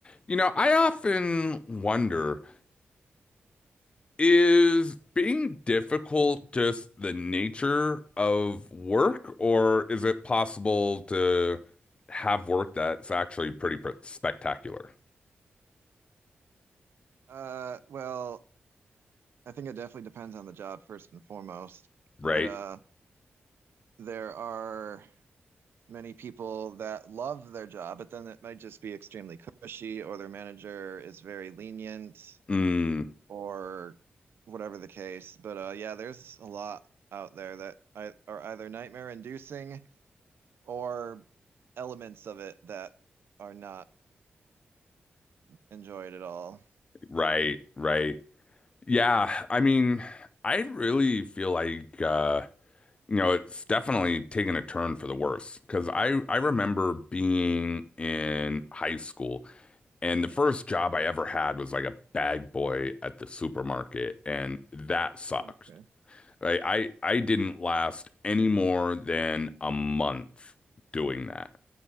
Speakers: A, on the left; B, on the right.
A: You know, I often wonder, is being difficult just the nature of work, or is it possible to have work that's actually pretty pr spectacular,
B: Uh, well, I think it definitely depends on the job first and foremost.
A: right?
B: But uh, there are many people that love their job, but then it might just be extremely cushy, or their manager is very lenient,
A: Mm,
B: or whatever the case. But uh, yeah, there's a lot out there that I, are either nightmare inducing or elements of it that are not enjoyed at all.
A: right, right. Yeah, I mean, I really feel like uh, you know, it's definitely taken a turn for the worse because I I remember being in high school. And the first job I ever had was like a bag boy at the supermarket, and that sucked.
B: Oh, okay.
A: Like I I didn't last any more than a month doing that.